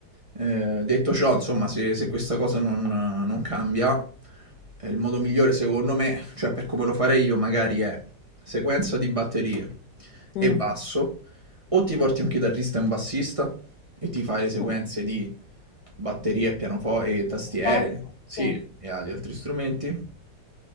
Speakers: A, on the right; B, on the left.
A: eh, detto ciò, insomma, se, se questa cosa non, non cambia, eh, il modo migliore secondo me, cioè per come lo farei io, magari è sequenza di batterie
B: mm.
A: e basso,
B: Mm,
A: o ti porti un chitarrista e un bassista e ti fai le sequenze
B: un
A: di batterie, pianoforte e tastiere,
B: po',
A: sì,
B: Sì.
A: e agli altri strumenti.